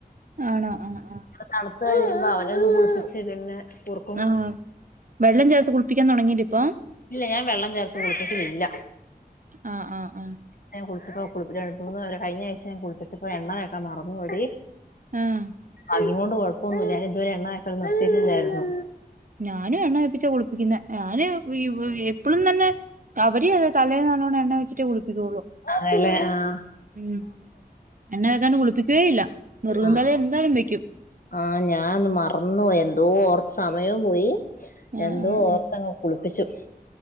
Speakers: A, on the right; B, on the left.
A: ആണോ ആഹ് ആഹ്
B: തണുത് കഴിയുമ്പോ അവനെ ഒന്ന് കുളപ്പിച്ച് പിന്നെ കു
A: ആഹ് വെള്ളം ചേർത്ത് കുളിപ്പിക്കാൻ തൊടങ്ങില്ലേ ഇപ്പോ
B: ഇല്ല ഞാൻ വെള്ളം ചേർത്ത് കുളപ്പിക്കലില്ല.
A: ആഹ് ആഹ് ആഹ്.
B: ഞാ കുളിച്ചപ്പോ കുളിപ്പ് രണ്ട് മൂന്ന് നേരം കഴിഞ്ഞ ആഴ്ച ഞാൻ കുളപ്പിച്ചപ്പോ എണ്ണതേക്ക മറന്നു പോയടി.
A: ആ
B: അതിനോണ്ട് കൊഴപ്പൊന്നുംല്ല ഇതുവരെ എണ്ണ തേക്കല് നിർത്തിട്ടില്ലാരുന്നു.
A: ഞാനു എണ്ണ തേപ്പിച്ച കുളിപ്പിക്കുന്നെ ഞാന് <unintelligible> എപ്പോളും തന്നെ അവരേ അത് തലേൽ നല്ലോണ്ണം എണ്ണ വെച്ചിട്ടേ കുളിപ്പിക്കുള്ളൂ.
B: അതേല്ലേ ആഹ്
A: ഉം എണ്ണതേക്കണ്ട് കുളിപ്പിക്കേയില്ല. നെറുകന്താലെ
B: ആഹ്
A: എന്തായാലും വക്കും.
B: ആഹ് ഞാൻ മറന്നു പോയി എന്തോ ഓർത്ത് സമയം പോയി.
A: ആഹ്
B: എന്തോ
A: ആഹ്
B: ഓർത്തങ്ങ് കുളിപ്പിച്ചു.